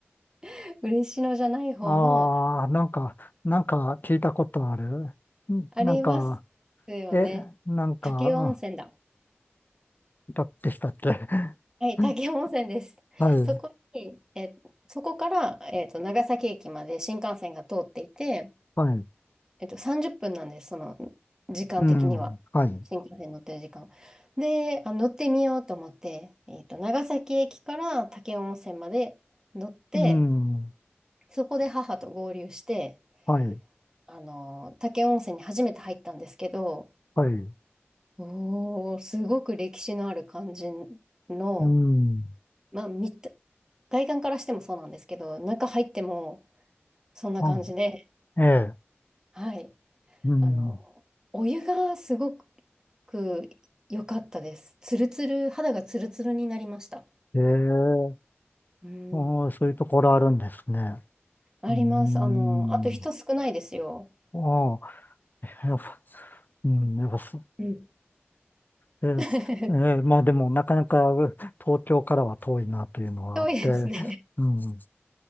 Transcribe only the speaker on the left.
<laughs> ああ、なんか、なんか聞いたことある。んなんか、
え、なんか、
うんだってしたっけ。
<laughs>
はい、
はい、
うん、はい、
うん、
はい、
はい、
うん、
うん、ええ、
うん、
ええ、
おーそういうところあるんですね。
うーん。
ああ、やっぱ、うん、やっぱそ、
えーすえーまあでも、
なかなか東京からは遠いなというのはあって、
うん、